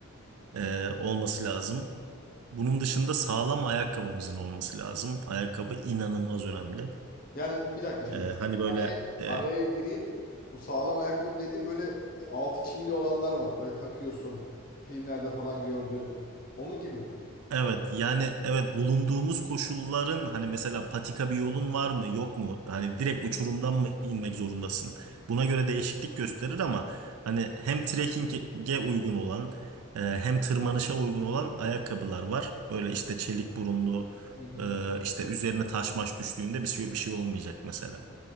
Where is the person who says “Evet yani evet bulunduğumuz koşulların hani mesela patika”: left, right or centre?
Right